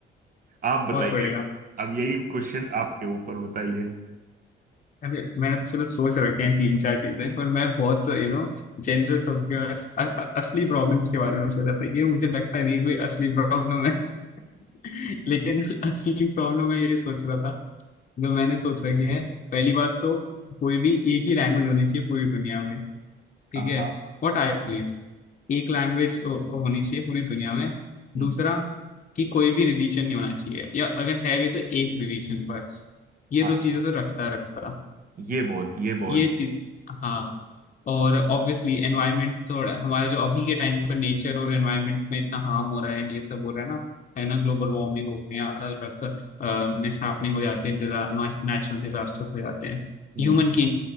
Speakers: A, on the right; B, on the left.
A: आप बताइए
B: बहुत बढ़िया
A: अब यही क्वेश्चन आपके ऊपर बताइए
B: अभी मैंने तो चलो सोच रखे हैं तीन चार चीजें पर मैं बहुत यू नो जेनरस होकर अस, अ- अ- असली प्रॉब्लम्स के बारे में सोचा था ये मुझे लगता नहीं है कोई असली प्रॉब्लम है <laughs> लेकिन असली प्रॉब्लम मैं ये सोच रहा था जो मैंने सोच रखी है पहली बात तो कोई भी एक ही लैंग्वेज होनी चाहिए पूरी दुनिया में ठीक
A: हाँ
B: है व्हाट आई एक लैंग्वेज होनी चाहिए पूरी दुनिया में
A: हम्म,
B: दूसरा कि कोई भी रिलीजन नहीं होना चाहिए या अगर है भी तो एक रिलीजन बस ये
A: हाँ,
B: दो चीजें तो रखता रखता
A: ये बहुत ये बहुत
B: ये चीज हाँ और ऑब्वियसली एनवायरनमेंट थोड़ा हमारा जो अभी के टाइम पर नेचर और एनवायरनमेंट में इतना हार्म हो रहा है and ये सब हो रहा है ना है ना ग्लोबल वार्मिंग हो गई है अलग अलग मिसहैपनिंग हो जाते हैं नेचुरल डिजास्टर्स हो जाते हैं
A: हम्म,
B: ह्यूमन की